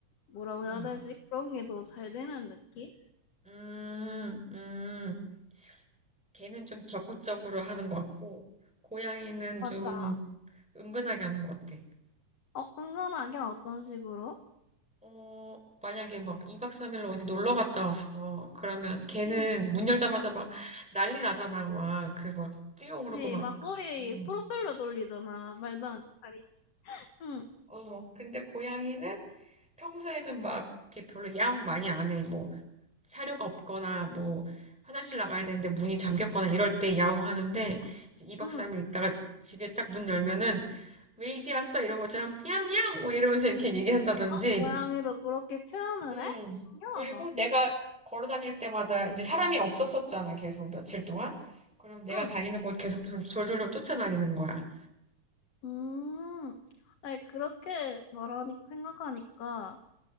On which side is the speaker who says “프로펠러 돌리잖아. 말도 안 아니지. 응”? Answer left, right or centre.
Left